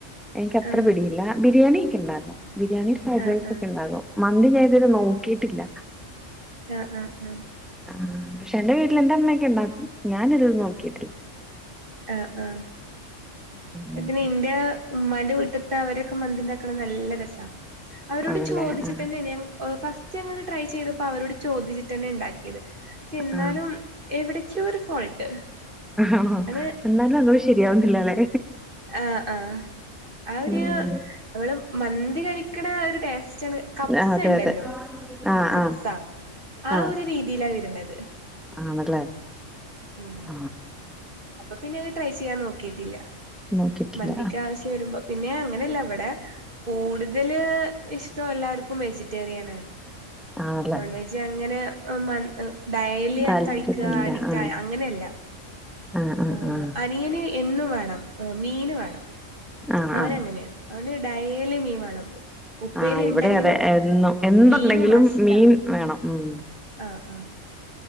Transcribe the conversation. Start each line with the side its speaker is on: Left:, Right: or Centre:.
Centre: എനിക്ക് അത്ര
Right: ആ
Centre: പിടിയില്ല ബിരിയാണിക്കെ ഇണ്ടാക്കും. ബിരിയാണി, ഫ്രൈഡ്
Right: ആ
Centre: റൈസ്
Right: ആ
Centre: ഒക്കെ ണ്ടാക്കും മന്തി ഞാൻ ഇത് വരെ നോക്കിയിട്ടില്ല.
Right: ആഹ് ആഹ് ആഹ്
Centre: ആഹ് പക്ഷെ എന്റെ വീട്ടിലെ എന്റെ അമ്മയക്കെ ണ്ടാക്കും ഞാനിത് നോക്കിട്ടില്ല.
Right: ആഹ് ആഹ്
Centre: ഉം.
Right: <unintelligible> ഇന്റെ ഉമ്മാന്റെ വീട്ടത്തെ അവരൊക്കെ മന്തിണ്ടാക്കണം നല്ല രസാ. അവരോട്
Centre: ആണല്ലേ
Right: ചോദിച്ചിട്ട
Centre: ആ
Right: തന്നെയാണ് ഞ ഹ് ഫസ്റ്റ് ഞങ്ങൾ ട്രൈ ചെയ്തപ്പോ അവരോട് ചോദിച്ചിട്ട് തന്നെയാ ണ്ടാക്കിയത്. എന്നാലും
Centre: ആ
Right: എവിടക്കയോ ഒരു ഫോൾട്ട്
Centre: ആണോ
Right: അത്
Centre: എന്നാലും അതോ ശരിയാവുന്നില്ല ല്ലെ?
Right: ആഹ് ആഹ് ആഹ് ഒരു
Centre: ഉം.
Right: നമ്മള് മന്തി കഴിക്കണ ഒരു ടേസ്റ്റാണ്. കപ്സ്
Centre: ആ അതെ
Right: ണ്ടല്ലോ?
Centre: അതെ ആ
Right: കപ്സ
Centre: ആ
Right: ആഹ്
Centre: ആ
Right: ഒരു രീതിയിലാ വര്ണത്.
Centre: ആണല്ലേ?
Right: ഉം
Centre: ആ
Right: അപ്പ പിന്നെ അത് ട്രൈ ചെയ്യാൻ നോക്കിയിട്ടില്ല.
Centre: നോക്കിട്ടില്ല
Right: മന്തിക്ക് ആവശ്യം വരുമ്പം പിന്നെ അങ്ങനെയല്ല ഇവടെ കൂടുതല് ഇഷ്ടം എല്ലാർക്കും വെജിറ്റേറിയനാ.
Centre: ആണല്ലേ
Right: നോൺവെജ് അങ്ങനെ ഉം മ ഡയലി
Centre: താല്പര്യല്ല
Right: കഴിക്കുക അഡിക്റ്റ്
Centre: ആ
Right: ആയ അങ്ങനെയല്ല.
Centre: ആ ആ
Right: ആഹ്
Centre: ആ
Right: അനിയന് എന്നും വേണം ഹ് മീന് വേണം.
Centre: ആ
Right: അവൻ
Centre: ആ
Right: അങ്ങനെണ് അവന് ഡയലി മീൻ വേണം. ഉപ്പേരി
Centre: ആഹ് ഇവടെ
Right: ഉണ്ടെങ്കിലും
Centre: അതെ എന്നും എന്തുണ്ടെങ്കിലും
Right: മീന് മസ്റ്റാ
Centre: മീൻ വേണം ഉം.
Right: ആഹ് ആഹ്